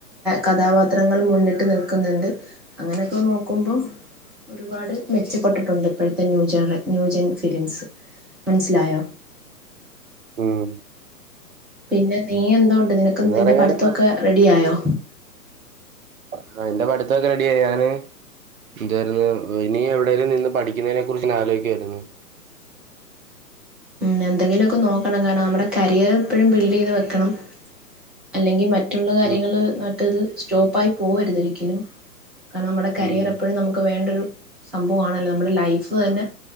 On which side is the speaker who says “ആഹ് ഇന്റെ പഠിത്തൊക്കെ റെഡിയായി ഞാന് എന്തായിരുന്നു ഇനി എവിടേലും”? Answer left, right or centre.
Right